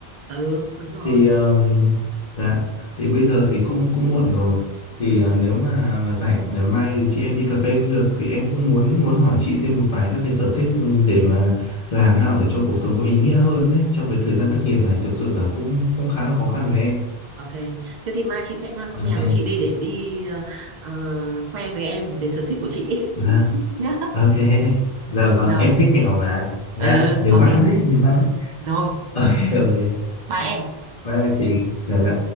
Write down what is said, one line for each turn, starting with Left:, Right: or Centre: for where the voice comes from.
Right: ừ đúng rồi
Left: thì ờm, dạ thì bây giờ thì cũng cũng muộn rồi thì
Right: ừ
Left: ờ, nếu mà mà rảnh ngày mai thì chị em đi cà phê cũng được thì em cũng muốn muốn hỏi chị thêm một vài các cái sở thích ừ, để mà làm nào để cho cuộc sống có ý nghĩa hơn đấy trong cái thời gian thất nghiệp này thực sự là cũng cũng khá là khó khăn với em
Right: ok thế thì mai chị sẽ mang con
Left: Ok.
Right: mèo của chị đi để đi ờ, ờ, khoe với em về sở thích của chị
Left: dạ
Right: <laughs> nhé
Left: ok <laughs> dạ vâng
Right: rồi
Left: em thích mèo mà nhá
Right: ừ
Left: nhiều
Right: ok
Left: mang đấy nhiều mang đấy
Right: rồi
Left: <laughs> ok ok
Right: bye em
Left: bye bye chị dạ dạ